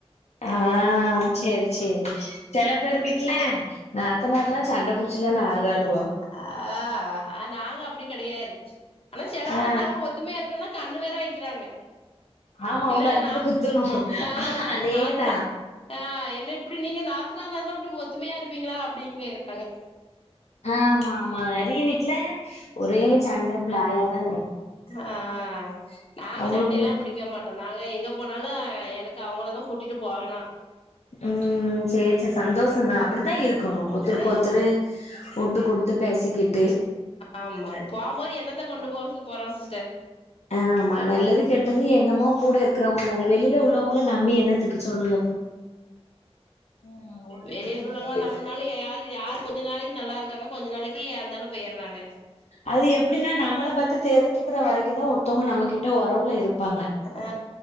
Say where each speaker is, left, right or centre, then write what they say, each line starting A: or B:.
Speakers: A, on the left (about 80°); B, on the left (about 60°).
A: ஆ சேரி சேரி செல பேர் வீட் ல நாத்தனார்லா சண்ட புடிச்சி தானே ஆட்றாலுவோ
B: அ ஆ நாங்க அப்டி கெடையாது ஆனா செலவுங்க
A: ஆ
B: நாங்கோ ஒத் த்துமையா இருக்குன்னா கண்ணு வேற வெக்கிறாங்க
A: ஆமா
B: இல்ல
A: உள்ள அள்ளிப்போட்டு
B: நாத்
A: குத்தணு
B: அ ஹா ஹா
A: அதேதா
B: நாத்துனா ஆ என்ன இப்டி நீங்க நாத்துனா மார்ல இப்டி ஒத்துமையா இருப்பீங்ளா அப்டின்கேக்குறாங்க
A: ஆமாமா நறைய வீட்ல ஒரே சண்ட ப்ளாயாதா கெடக்கு
B: ஆ நாங்க
A: அவங்களுக்குள்ள
B: சென்னைல்லா புடி க்க மாட்டோ நாங்க எங்க போனாலு எனக்கு அவங்கள தா கூட்டிட்டு போகணோ
A: ம் சே ச சந்தோஷந்தா அப்டித்தா இருக்கணு ஒத்தருக்கு
B: ஆ
A: ஒருத்தரு உட்டு குட் த்து பேசிகிட்டு
B: ஆமா போம்போது என்னத்த கொண்டு போ போறோ சிஸ்டர்
A: ஆமா நல்லது கெட்டது என்னமோ கூட இருக்கிறவங்கள நா வெளியில உள்ளவங்கள நம்பி என்னத்துக்கு சொல்லுங்க ம் ஒண்ணுமே
B: வெளிய
A: கெடையாது
B: உள்ளங்கள நம்புனாலு யாரு யாரு கொஞ்ச நாளைக்கு நல்லாருக்காங்க கொஞ்ச நாளைக்கு ஏந்தாலு போயிர்றாங்க
A: அது எப்டின்னா நம்மள பத்தி தெரிஞ்சு க்கிற வரைக்குதா ஒருத்தவ்ங்க நம்மகிட்ட ஒறவுல இருப்பாங்க
B: ஆ